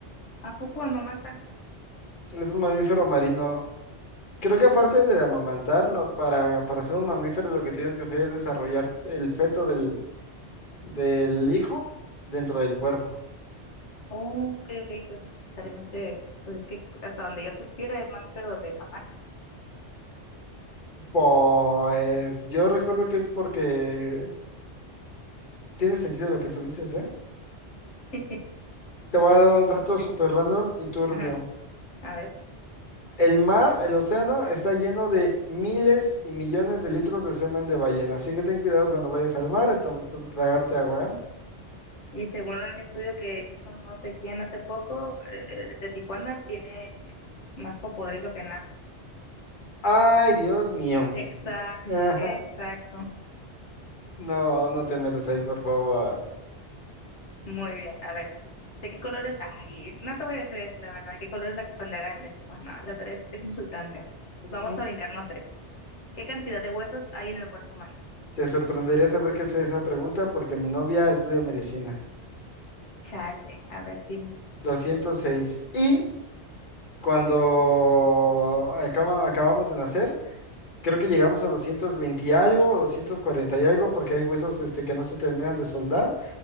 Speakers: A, on the left; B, on the left.
A: ¿A poco amamanta?
B: es un mamífero marino. Creo que aparte de amamantarlo, para, para ser un mamífero lo que tienes que hacer es desarrollar el feto del, del hijo dentro del cuerpo.
A: Oh, ok, ok, entonces no necesariamente, pues es que hasta donde yo supiera es mamífero de mamar.
B: Pues yo recuerdo que es porque tiene sentido lo que tú dices, ¿eh?
A: <laughs>
B: Te voy a
A: Pues,
B: dar un
A: pues
B: dato
A: sí,
B: súper random y turbio.
A: ajá, a ver.
B: El mar, el océano, está lleno de miles y millones de litros de semen de ballena, así que ten cuidado cuando vayas al mar a tra- tra- tragarte agua, ¿eh?
A: Y según un estudio que hizo no sé quién hace poco, eh, el de Tijuana tiene más popodrilo que nada.
B: Ay, Dios mío.
A: Exacto,
B: <laughs>
A: exacto.
B: No, no te metas ahí, por favor.
A: Muy bien, a ver. ¿De qué colores? Ay, no te voy a decir eso, la verdad. ¿Qué color es la bandera de México? No, la verdad es, es insultante.
B: Ujú.
A: Vamos a brincarnos de eso. ¿Qué cantidad de huesos hay en el cuerpo humano?
B: Te sorprendería saber qué es esa pregunta porque mi novia estudia medicina.
A: Chale, a ver, dime.
B: 206. Y Cuando acaba- acabamos de nacer, creo que llegamos a 220 y algo, 240 y algo, porque hay huesos este, que no se terminan de soldar